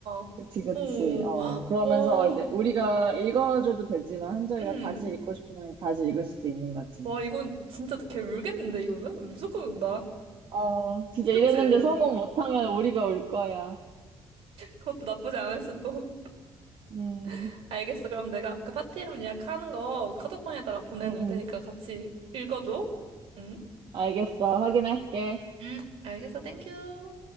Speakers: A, on the right (about 70°); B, on the right (about 50°).
A: 어,
B: 그치, 그치.
A: 헉,
B: 어, 그러면서
A: <gasps> 와,
B: 이제 우리가 읽어줘도 되지만 한정이가
A: 음.
B: 다시 읽고 싶으면 다시 읽을 수도 있는 거지.
A: 와, 이건 진짜 걔 울겠는데, 이거는? 무조건 운다.
B: 어, 진짜
A: 그치?
B: 이랬는데 성공 못하면 우리가 올 거야.
A: 그것도 나쁘지 않을 수도.
B: 음,
A: <laughs> 알겠어. 그럼 내가 그 파티 이름 예약하는 거 카톡방에다가 보내놓을
B: 음,
A: 테니까
B: 음.
A: 같이 읽어줘. 응?
B: 알겠어. 확인할게.
A: 음, 알겠어. 땡큐.